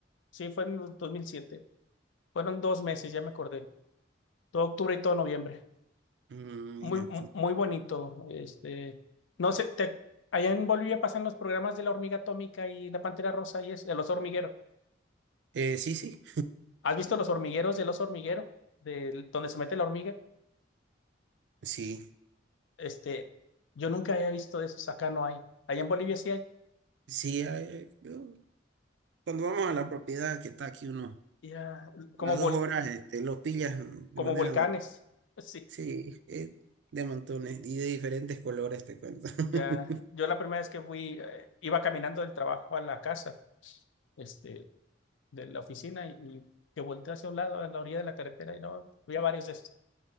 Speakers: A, on the left; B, on the right.
A: sí, fue en 2007. Fueron dos meses, ya me acordé. Todo octubre y todo noviembre.
B: Mm,
A: Muy,
B: mira
A: mu-
B: tú.
A: muy bonito. Este, no sé, te- allá en Bolivia pasan los programas de la hormiga atómica y la pantera rosa y es el oso hormiguero.
B: Eh, sí, sí,
A: ¿Has visto los hormigueros del oso hormiguero? Del, donde se mete la hormiga.
B: sí,
A: Este, yo nunca había visto esos. Acá no hay. Allá en Bolivia sí hay.
B: sí. ah, eh, yo- cuando vamos a la propiedad que está aquí uno,
A: Ya, como
B: las
A: vol-
B: dos horas, este, lo pillas de
A: como
B: manera
A: volcanes. Sí,
B: Sí, eh, de montones y de diferentes colores te cuento. <laughs>
A: ya. Yo la primera vez que fui, eh, iba caminando del trabajo a la casa, este, de la oficina y, y que volteé hacia un lado, a la orilla de la carretera y no, había varios de esos.